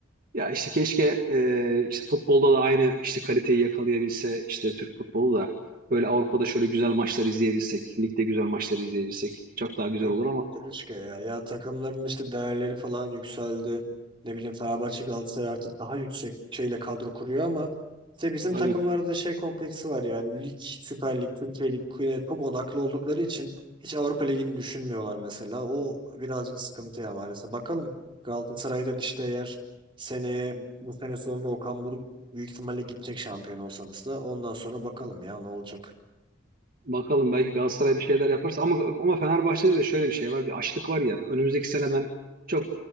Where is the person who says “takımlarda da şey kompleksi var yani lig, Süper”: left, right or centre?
Right